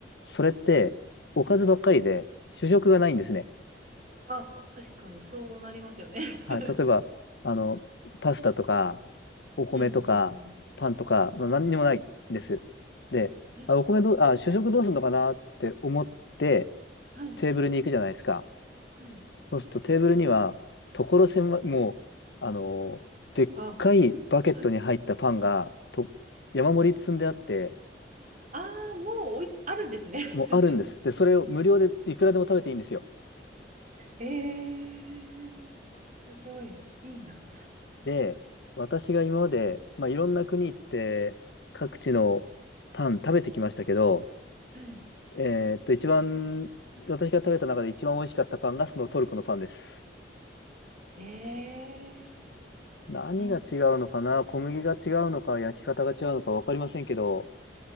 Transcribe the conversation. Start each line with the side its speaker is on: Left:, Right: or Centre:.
Left: それっておかずばっかりで主食がないんですね。
Right: あ、確かにそうなりますよね。
Left: はい、
Right: <laughs>
Left: 例えば、あの、パスタとか、お米とか、
Right: うんうん
Left: パンとか、まあ、何にもないんです。で、
Right: うん。えー、
Left: あ、お米どう、あ、主食どうするのかなって思って、
Right: はい、
Left: テーブルに行くじゃないですか。
Right: はい。
Left: そうするとテーブルには、所狭い、もう、あの、でっかいバケットに入ったパンが、
Right: あ、はい。
Left: と、山盛り積んであって、
Right: ああ、もうおい、あるんですね。
Left: もうあるんです。
Right: <laughs>
Left: で、それを無料でいくらでも食べていいんですよ。
Right: えー、すごい、いいな。
Left: で、私が今まで、まあ、いろんな国行って各地のパン食べてきましたけど、
Right: はい。
Left: えーっと、一番、私が食べた中で一番美味しかったパンがそのトルコのパンです。
Right: えー、
Left: 何が違うのかな、
Right: なんかね、
Left: 小麦が違うのか、焼き方が違うのか分かりませんけど、